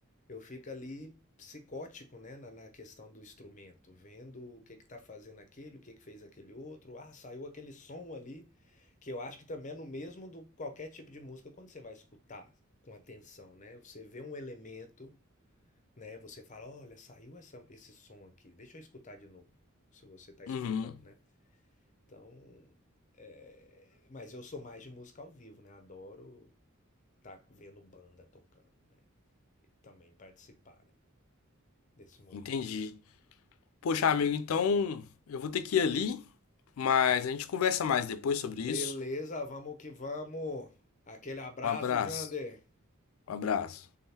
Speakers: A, on the left (about 35°); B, on the left (about 80°).
A: eu fico ali psicótico, né? Na, na questão do instrumento, vendo o que que tá fazendo aquele, o que que fez aquele outro. Ah, saiu aquele som ali, que eu acho que também é no mesmo do qualquer tipo de música quando você vai escutar com atenção, né? Você vê um elemento né, você fala: "Olha, saiu essa esse som aqui, deixa eu escutar de novo", se você tá escutando,
B: Uhum,
A: né. Então, eh, mas eu sou mais de música ao vivo, né, adoro tá vendo banda tocando, né, e também participar, né, desse movimento.
B: entendi. Poxa, amigo, então eu vou ter que ir ali, mas a gente conversa mais depois sobre
A: Beleza,
B: isso.
A: vamos que vamos. Aquele abraço,
B: Um abraço.
A: Jander.
B: Um abraço.